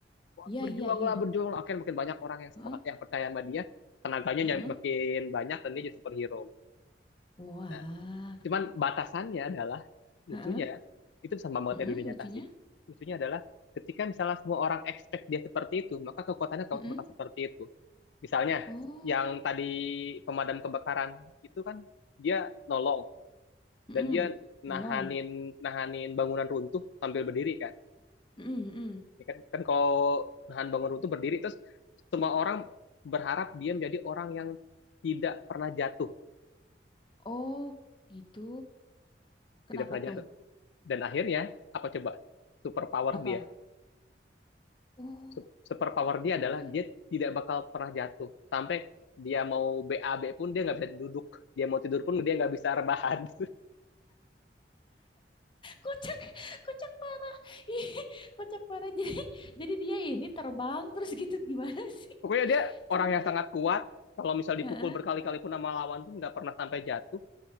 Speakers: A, on the left; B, on the left.
A: Wah,
B: iya,
A: berjuanglah,
B: iya, iya.
A: berjuanglah. Akhirnya makin banyak orang yang semangat,
B: Heeh,
A: yang percaya sama dia, tenaganya
B: heeh.
A: yang makin banyak dan dia jadi superhero.
B: Wah.
A: Nah, Cuman batasannya adalah
B: Heeh,
A: lucunya itu sama banget
B: mm-mm,
A: ya dunia
B: lucunya.
A: nyata sih. Lucunya adalah ketika misalnya semua orang expect dia seperti itu, maka kekuatannya bakal
B: Mm-mm.
A: bakal seperti itu. Misalnya
B: Oh,
A: yang tadi pemadam kebakaran itu kan dia nolong
B: mm-mm.
A: dan dia nahanin
B: Nolong.
A: nahanin bangunan runtuh sambil berdiri kan.
B: Mm-mm, mm-mm.
A: Ya kan kan kalau nahan bangunan runtuh berdiri terus semua orang berharap dia menjadi orang yang tidak pernah jatuh,
B: Oh, gitu. Kenapa
A: tidak pernah
B: tuh?
A: jatuh. Dan akhirnya apa coba? Superpower
B: Apa?
A: dia
B: Oh,
A: su- super power dia
B: oke.
A: adalah dia tidak bakal pernah jatuh sampai dia mau BAB pun dia nggak bisa duduk dia mau tidur pun dia nggak bisa rebahan
B: Kocak, kocak parah. <laughs> Ih, kocak parah. Jadi, jadi dia ini terbang terus gitu gimana sih
A: <laughs> pokoknya dia orang
B: ceritanya?
A: yang sangat kuat kalau misal dipukul
B: Heeh,
A: berkali-kali pun sama lawan pun nggak pernah sampai jatuh